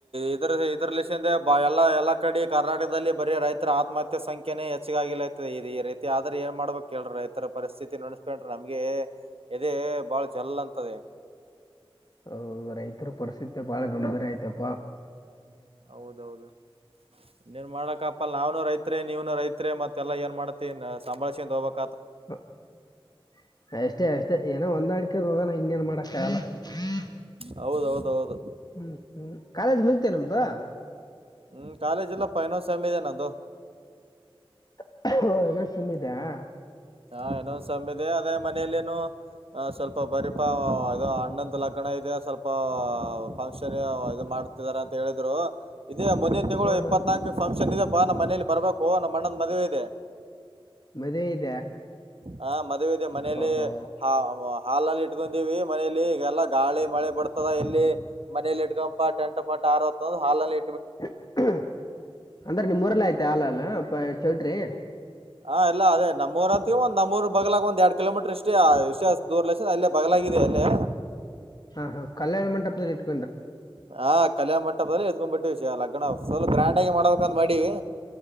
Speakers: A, on the right; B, on the left.
A: ಇದ್ರ ಇದ್ರ ಲಿಸಿಂದ ಬ ಎಲ್ಲಾ ಎಲ್ಲಾ ಕಡೆ ಕರ್ನಾಟಕದಲ್ಲಿ ಬರೀ ರೈತರ ಆತ್ಮಹತ್ಯೆ ಸಂಖ್ಯನೇ ಹೆಚ್ಚಗಾಗಿಲತದೆ ಇದ ಈ ರೀತಿ ಆದ್ರ ಏನ್ ಮಾಡ್ಬೇಕ್ ಕೇಳ್ರ ರೈತರ ಪರಿಸ್ಥಿತಿ ನನೆಸ್ಕೊಂಡ್ರೆ ನಮ್ಗೆ ಎದೆ ಬಾಳ ಜಲ್ ಅಂತದೆ.
B: ಹ ರೈತರ ಪರಿಸ್ಥಿತಿ ಬಾಳ ಗಂಭೀರ ಆಯ್ತಪಾ.
A: ಹೌದೌದು ಇನ್ನೇನ ಮಾಡ್ಕಪ್ಪಲ್ಲ ರೈ ನೀವು ರೈತರೇ ಮತ್ತೆಲ್ಲಾ ಏನ್ ಮಾಡತಿ ಸಂಭಾಳಸ ಕೊಂಡ ಹೋಗ ಬೇಕು
B: <unintelligible> ಅಷ್ಟೇ ಅಷ್ಟೇ ಏನೋ ಹೊಂದಾಡಿಕೊಂಡು ಹೋಗಾನ ಇನ್ನೇನು ಮಾಡಕ್ಕಾಗಲ್ಲ <unintelligible>
A: ಹೌದು ಹೌದು ಹೌದು
B: ಹು ಹು ಕಾಲೇಜ ಮುಗಿತಾ ನಿಮ್ದು
A: ಹ್ಮ್ ಕಾಲೇಜ್ ಇಲ್ಲಪ್ಪಾ ಇನ್ನೊಂದ್ ಸೆಮ್ ಇದೆ ನಂದು
B: <unintelligible> ಓ ಇನ್ನೊಂದ್ ಸೇಮ್ ಇದೆಯಾ
A: ಹಾ ಇನೊಂದ್ ಸಮ್ಮ ಇದೆ ಅದೇ ಮನೆನಪು ಸರ್ ಇನ್ನೊಂದ ಸೇಮ್ ಅದೇ ಮನೆಯಲ್ಲಿ ನು ಅ ಸ್ವಲ್ಪ ಬರೀಪಾ ಅದು ಅಣ್ಣನಂದ ಲಗ್ನ ಇದೆ ಸ್ವಲ್ಪ ಫಂಕ್ಷನ್ ಇದು ಮಾಡ್ತಿದ್ದಾರೆ ಅಂತ ಹೇಳಿದರು ಇದೇ ಮುಂದಿನ ತಿಂಗಳು
B: ಹಾ
A: ಇಪ್ಪತ್ನಾಕ
B: ಹಾ.
A: ಬಂದ ಫಂಕ್ಷನ್ ಇದೆಪ್ಪಾ ನಮ್ಮ ಮನೇಲಿ ಬರ್ಬೇಕು ನಮ್ಮಅಣ್ಣಂದ ಮದುವೆ ಇದೆ
B: ಮದುವೆ ಐತಿ
A: ಹ ಮದುವೆ ಇದೆ ಮನೆಯಲ್ಲಿ
B: ಹೋ
A: ಹಾ ಅವ ಹಾಲ್ ಅಲ್ಲಿ ಇಟ್ಕೊಂಡಿವಿ ಮನೇಲಿ ಇಗೆಲ್ಲಾ ಗಾಳಿ ಮಳೆ ಬರ್ತದ ಎಲ್ಲಿ ಮನೆಲಿ ಇಟ್ಕೊಪ ಟೆಂಟ್ ಪಂಟ್ ಹಾರಿ ಹೋಯ್ತಾಂದರ ಹಾಲ್ ಅಲ್ಲಿ
B: <unintelligible> ಅಂದ್ರೆ ನಿಮ್ಮೂರಲ್ಲ ಐತಾ ಹಾಲ್ ಅದ ಬಾ ಚೌಟ್ರಿ
A: ಹಾ ಎಲ್ಲ ಅದೇ ನಮ್ಮಊರ ಐತಿ ಒಂದ ಅಪ್ ಮೂರು ಬಗಲಾಗ ಒಂದು ಎರಡ ಕಿ. ಲೋ ಮೀಟರ್ ಅಷ್ಟ ಏ ವಿಷ ದೂರ್ಲಕ್ಷ ಅಲ್ಲೇ ಬಗಲಾಗಿದೆ ಅಲ್ಲೇ
B: ಹಾ ಹಾ ಕಲ್ಯಾಣ ಮಂಟಪದಲ್ಲಿ ಇಟ
A: ಹಾ ಕಲ್ಯಾಣ ಮಂಟಪದಲ್ಲಿ ಎದಕೊಂಡ್ಬಿಟ್ಟು ಏ ಲಗ್ನ ಅವ ಫುಲ್ ಗ್ರ್ಯಾಂಡ್ ಆಗಿ ಮಾಡ್ಬೇಕಂತ ಮಾಡಿವಿ